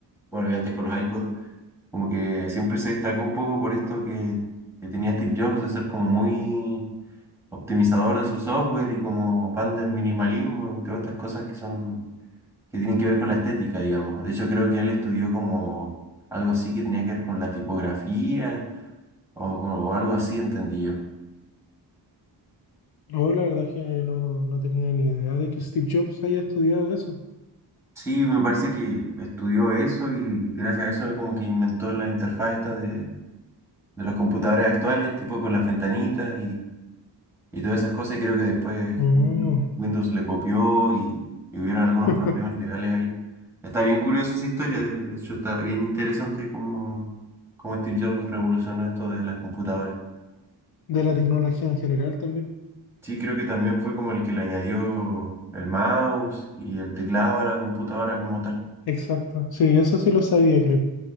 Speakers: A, in the centre; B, on the left.
A: bueno, y antes con los iPods Como que siempre se destacó un poco por esto que, que tenía Steve Jobs de ser como muy optimizador de su software y como fan del minimalismo y todas estas cosas que son, que tienen que ver con la estética, digamos. De hecho, creo que él estudió como algo así que tenía que ver con la tipografía o, con- o algo así, entendí yo.
B: No, la verdad es que no, no tenía ni idea de que Steve Jobs haya estudiado eso.
A: Sí, me parece que estudió eso y gracias a eso como que inventó la interfaz esta de, de los computadores actuales, tipo con las ventanitas y todas esas cosas, y creo que después
B: Oh,
A: Win- Windows le copió y, y hubieron algunos
B: <laughs>
A: problemas legales ahí. Está bien curiosa esa historia, de, de hecho está bien interesante cómo, cómo Steve Jobs revolucionó esto de las computadoras.
B: de la tecnología en general también.
A: Sí, creo que también fue como el que le añadió el mouse y el teclado a la computadora como tal.
B: Exacto. Sí, eso sí lo sabía, creo.